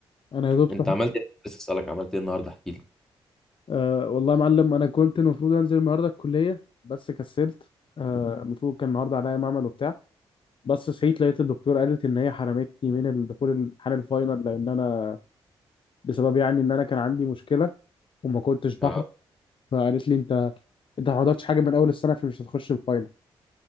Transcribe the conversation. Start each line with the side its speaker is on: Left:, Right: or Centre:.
Left: انا يا دوب
Centre: أنت
Left: صحيت
Centre: عملت إيه بس أسألك عملت إيه النهاردة احكي لي
Left: أه والله يا معلم انا كنت المفروض انزل النهارده الكليه بس كسلت آه، المفروض كان النهارده عليا معمل وبتاع بس صحيت لقيت الدكتور قالت ان هي حرمتني من الدخول الامتحان الفاينل لان انا بسبب يعني ان انا كان عندي مشكله وما كنتش بحضر
Centre: آه،
Left: فقالت لي انت انت ما حضرتش حاجه من اول السنه فمش هتخش الفاينل